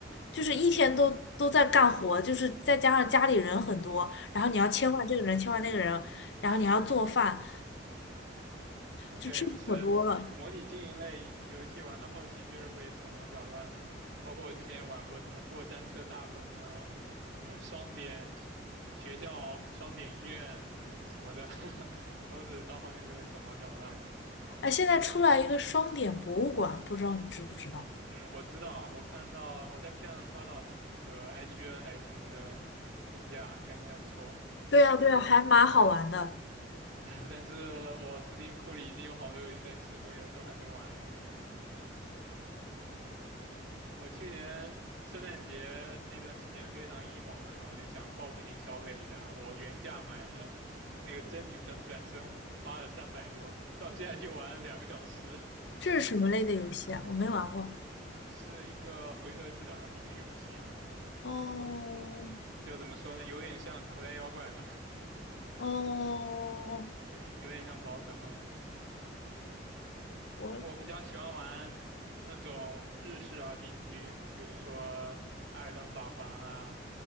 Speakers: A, on the left; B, on the right.
A: 就是一天都都在干活，就是再加上家里人很多，然后你要切换这个人，
B: 嗯，
A: 切换那个人，然后你还要做饭，
B: <laughs>
A: 就吃的可多了。
B: 对，是模拟经营类游戏玩到后期就是会手忙脚乱的，包括我之前玩过什么过山车大亨啊，什么双点学校啊、双点医院什么的，<laughs> 都是到后面就会手忙脚乱的。
A: 哎，现在出来一个双点博物馆，不知道你知不知道？
B: 嗯，我知道，我看到我在 B 站上刷到他那个 IGN 还是什么的评价，感觉还不错。
A: 对呀，
B: 但是我
A: 对呀，还蛮好玩的。
B: <laughs> 但是我 Steam 库里已经有好多游戏在吃灰了，都还没玩呢。我去年圣诞节那段时间非常 emo 嘛，然后我就想报复性消费一下，我原价买了那个《真女神转生五》，花了三百多，到现在就玩了两个小时，
A: 这是什么类的游戏啊？我没玩过。
B: <laughs> 是一个回合制的 RPG 游戏，
A: 哦
B: 就怎么说呢，有点像口袋妖怪吧，
A: 哦，
B: 对，有点像宝可梦。
A: 我
B: 我比较喜欢玩那种日式 RPG，比如说《艾尔登法环》啊、